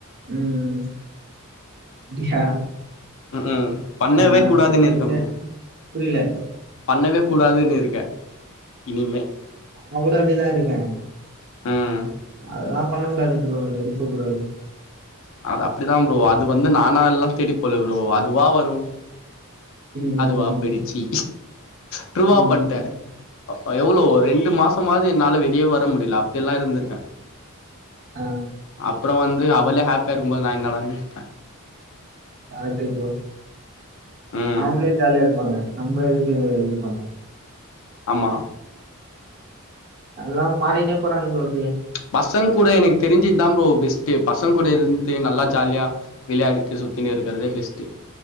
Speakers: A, on the right (about 50°); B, on the left (about 65°).
A: ம் ம் அப்டியா
B: அ அ பண்ணவே
A: ஆ
B: கூடாதுன்னு
A: சேம்
B: இருக்கம்
A: சேம்
B: ப்ரோ
A: புரில
B: பண்ணவே கூடாதுன் இருக்கே இனிமே
A: நம்ம கூட அப்டிதா இருக்க
B: ம்
A: அதலா பண்ணக்கூடாதுன்ட்ருவாங் அதுவரைக் சூப்பரா இருக்குன்
B: அது அப்டிதா ப்ரோ அது வந்து நானா எல்லா தேடி போல ப்ரோ அதுவா வரு
A: ம்
B: அதுவா
A: ம் ம்
B: போயிடிச்சி ட்ரூவா
A: ம்
B: பண்ட்ட
A: ம்
B: எவ்ளோ ரெண்டு மாசமாது என்னால வெளியவே வர முடில அப்டியெலா இருந்திருக்க
A: ஆ
B: அப்ற வந்து அவளே ஹேப்பியா இருக்கும்போது நா என்னடான் விட்டே
A: கரெட்டு ப்ரோ
B: ம்
A: அவுங்ளே ஜாலியாருக் ங்க நம்ம எதுக்கு இது இது பண்ண
B: ஆமா
A: எல்லா மாறினே போறாங்க ப்ரோ அப்டியே
B: பசங் கூட எனக்கு தெரிஞ்சு இதா ப்ரோ பெஸ்ட் பசங்க கூட இருந்து நல்லா ஜாலியா விளையாடிட்டு சுத்தினு இருக்கறதே பெஸ்ட்டு